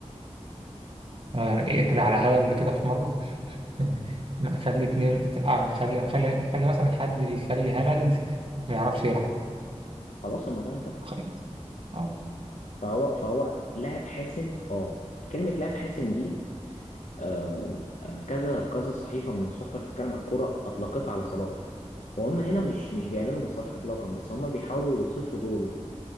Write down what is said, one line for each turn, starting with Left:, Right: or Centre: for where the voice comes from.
Right: آه، يعني اقفل على هالاند كده في مرة يعني ما- خلي اتنين آه خلي خلي خلي مثلا حد يخلي هالاند ما يعرفش يلعب
Left: خلاص الموضوع انتهى
Right: خلاص اه
Left: فهو فهو لاعب حاسم اه كلمه لاعب حاسم دي آه كذا كذا صحيفه من الصحف اللي بتتكلم عن الكوره اطلقتها على صلاح وهم هنا مش مش بيقللوا من صلاح اطلاقا بس هم بيحاولوا يوصفوا دوره